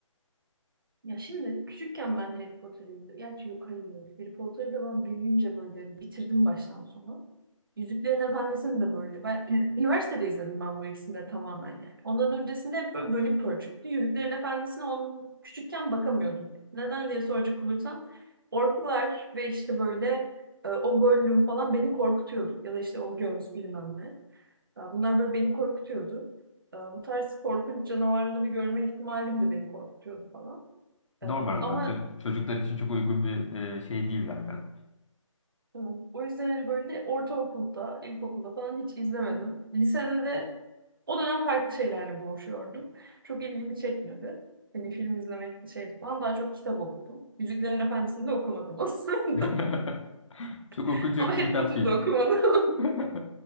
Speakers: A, on the right; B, on the left.
A: Ya şimdi küçükken ben Harry Potter'ı izliyordum. Gerçi yok hayır. Harry Potter'ı da ben büyüyünce böyle bitirdim baştan sona. Yüzüklerin Efendisi'ni de böyle. Ben <clears throat> üniversitede izledim ben bu ikisini de tamamen yani. Ondan öncesinde hep böyle bölük pörçüktü. Yüzüklerin Efendisi'ne onun küçükken bakamıyordum. Neden diye soracak olursan orklar ve işte böyle e, o Gollum falan beni korkutuyordu. Ya da işte o göz bilmem ne. Ya Bunlar böyle beni korkutuyordu. Ee, Bu tarz korkunç canavarları görme ihtimalim de beni korkutuyordu falan.
B: Normal
A: Ee,
B: olarak
A: Ama
B: canım, çocuklar için çok uygun bir e, şey değil zaten.
A: e, o yüzden hani böyle ortaokulda, ilkokulda falan hiç izlemedim. Lisede de o dönem farklı şeylerle boğuşuyordum. Çok ilgimi çekmedi. Hani film izlemek şeydi falan. Daha çok kitap okudum. Yüzüklerin Efendisi'ni de okumadım aslında.
B: <laughs> Çok
A: <laughs>
B: okunacak
A: Ama
B: bir
A: Harry
B: kitap
A: Potter'da
B: değil.
A: okumadım.
B: <laughs>
A: <laughs>